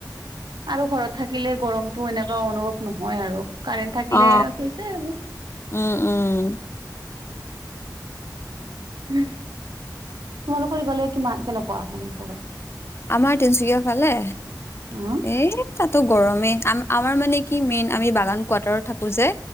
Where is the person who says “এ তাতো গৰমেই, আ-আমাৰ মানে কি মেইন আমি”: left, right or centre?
Left